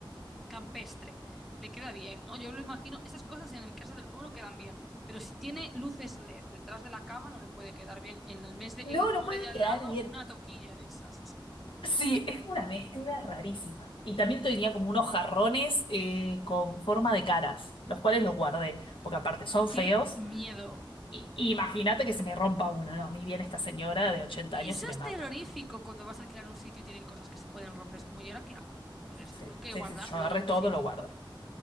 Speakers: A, in the centre; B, on the left.
A: campestre. Le queda bien, ¿no? Yo lo imagino, esas cosas en mi casa del pueblo quedan bien, pero si tiene luces LED detrás de la cama no le puede quedar bien. En el mes de-
B: No,
A: en el
B: no
A: mueble
B: puede
A: de al
B: quedar
A: lado
B: bien.
A: una toquilla de esas, o sea, no.
B: Sí, es una mezcla rarísima. Y también tenía como unos jarrones eh, con forma de caras, los cuales los guardé, porque aparte son
A: ¡Qué
B: feos.
A: miedo!
B: Y, y imagínate que se me rompa uno, ¿no? A mí viene esta señora de 80
A: Eso
B: años y me
A: es
B: mata.
A: terrorífico cuando vas a alquilar un sitio y tienen cosas que se pueden romper. Es como, ¿y ahora qué hago con esto?
B: Sí,
A: Tengo que
B: sí,
A: guardarlo
B: sí, yo agarré
A: en algún
B: todo,
A: sitio.
B: lo guardé.